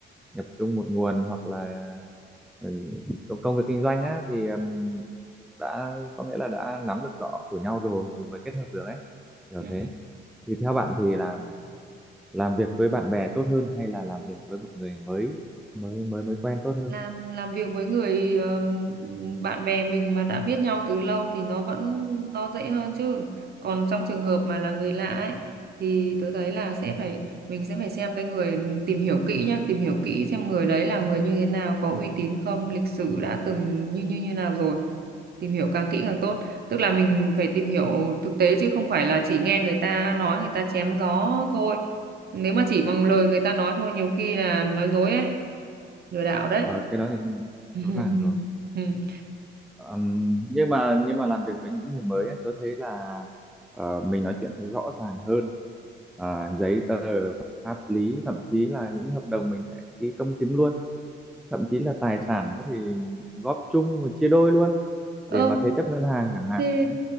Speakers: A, in the centre; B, on the right (about 50°).
A: nhập chung một nguồn hoặc là ừ, công công việc kinh doanh á thì ừm, đã có nghĩa là đã nắm được rõ của nhau rồi thì mới kết hợp được ấy kiểu
B: ừ.
A: thế thì theo bạn thì làm làm việc với bạn bè tốt hơn hay là làm việc với một người mới mới mới mới quen tốt hơn
B: làm làm việc với người ờ, bạn bè mình mà đã biết nhau từ lâu thì nó vẫn nó dễ hơn chứ còn trong trường hợp mà là người lạ ấy thì tớ thấy là sẽ phải mình sẽ phải xem cái người ừ, tìm hiểu kỹ nhá tìm hiểu kỹ xem người đấy là người như thế nào có uy tín không lịch sử đã từng như như như nào rồi tìm hiểu càng kỹ càng tốt tức là mình phải tìm hiểu thực tế chứ không phải là chỉ nghe người ta nói người ta chém gió thôi nếu mà chỉ bằng lời người ta nói thôi nhiều khi là nói dối ấy lừa đảo đấy
A: ờ, cái đó thì
B: <laughs>
A: rõ ràng rồi
B: ừ.
A: Ừm, nhưng mà nhưng mà làm việc với những người mới ấy, tôi thấy là ờ, mình nói chuyện sẽ rõ ràng hơn À, giấy tờ pháp lý thậm chí là những hợp đồng mình sẽ ký công chứng luôn thậm chí là tài sản có thể góp chung rồi chia đôi luôn
B: ờ
A: để mà thế chấp ngân hàng chẳng hạn
B: thì
A: đấy